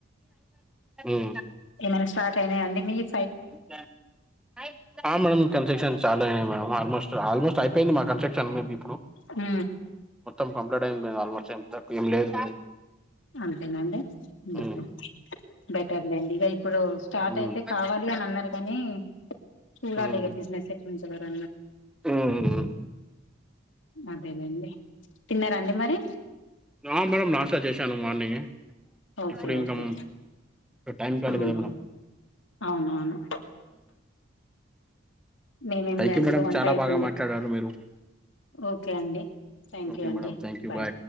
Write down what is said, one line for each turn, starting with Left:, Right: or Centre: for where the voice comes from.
Centre: మ్మ్
Left: ఏమైనా స్టార్ట్ అయినాయాఆండీ మీయి
Centre: ఇంతన్ హై ఆ మేడం కన్స్ట్రక్షన్ స్టార్ట్ అయినాయి మేమ్ ఆల్మోస్ట్ ఆల్మోస్ట్ అయిపెంది మా కన్స్ట్రక్షన్ మే బి
Left: హు
Centre: మొత్తం కంప్లీట్ అయింది ఆల్మోస్ట్ ఏంతక్కు ఏం లేదు
Left: అంతేనండి
Centre: ఉమ్
Left: ఆహా బెటర్లేండి ఇక ఇప్పుడు స్టార్ట్
Centre: ఉమ్
Left: అయితే కావాలి అని అన్నారు కానీ చాడాలి
Centre: ఉమ్
Left: ఇగ బిజినెస్ ఎట్లుంటాదొ ర
Centre: ఉమ్
Left: అదేనండి తిన్నారాండి మరి
Centre: నా మేడం నాస్త చేశాను మార్నింగ్
Left: ఓకే
Centre: ఇప్పుడు ఇంకా
Left: ఓకే
Centre: టైమ్ కాలే
Left: అవునా
Centre: కదా మేడం
Left: అవునవును మేమేం
Centre: థ్యాంక్
Left: లేండి
Centre: యూ మేడం
Left: ఇక వంట
Centre: చాలా
Left: అవుతుంది
Centre: బాగా మాట్లాడారు మీరు
Left: ఓకే అండి థ్యాంక్
Centre: ఓకే
Left: యూ అండి
Centre: మేడం థ్యాంక్ యూ
Left: బాయ్